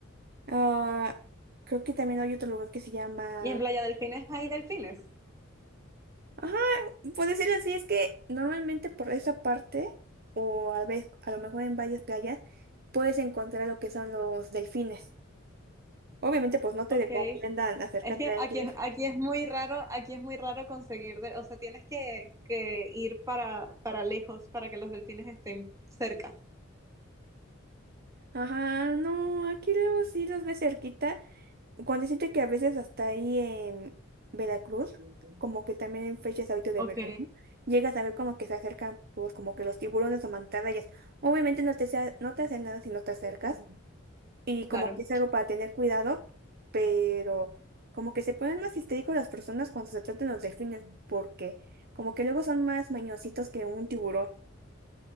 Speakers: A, on the right; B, on the right.
A: Ah, creo que también hay otro lugar que se llama...
B: ¿Y en Playa Delfines hay delfines?
A: Ajá, puede decirlo así, es que normalmente por esa parte, o a vez, a lo mejor en varias playas, puedes encontrar lo que son los delfines. Obviamente, pues no te
B: Ok.
A: recomiendan acercarte
B: Es que
A: a ellos.
B: aquí, es- aquí es muy raro, aquí es muy raro conseguir de, o sea, tienes que, que ir para, para lejos para que los delfines estén cerca.
A: Ajá, no, aquí luego sí los ves cerquita Cuando siento que a veces hasta ahí en Veracruz, como que también en fechas ahorita de
B: Ok.
A: verano, llegas a ver como que se acercan, pues como que los tiburones o mantarrayas. Obviamente no te, sea- no te hacen nada si no te acercas y como
B: Claro.
A: que es algo para tener cuidado, pero como que se ponen más histéricos las personas cuando se tratan los delfines porque como que luego son más mañositos que un tiburón.